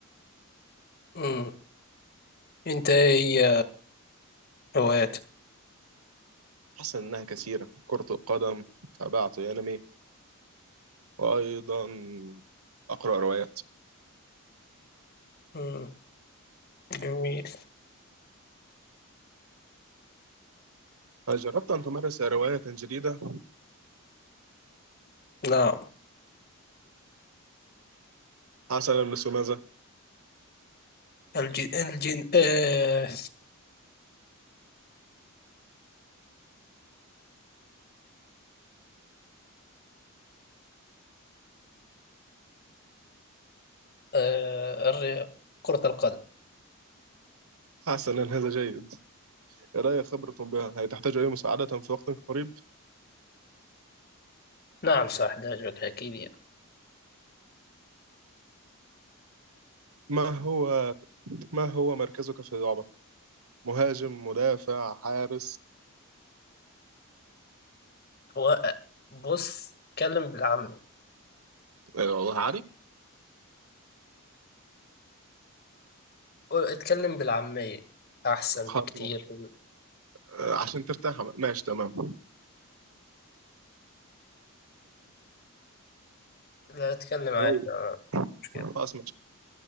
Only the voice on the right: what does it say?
حسنا إنها كثيرة كرة القدم تابعت أنمي وأيضا أقرأ روايات
هل جربت أن تمارس رواية جديدة؟
حسنا مثل ماذا؟
حسنا هذا جيد لدي خبرة بها هي تحتاج أي مساعدة في وقت قريب
ما هو ما هو مركزك في اللعبة مهاجم مدافع حارس
آه، والله عارف
خلاص
ماشي. آه، عشان ترتاح ماشي تمام
طيب
خلاص ماشي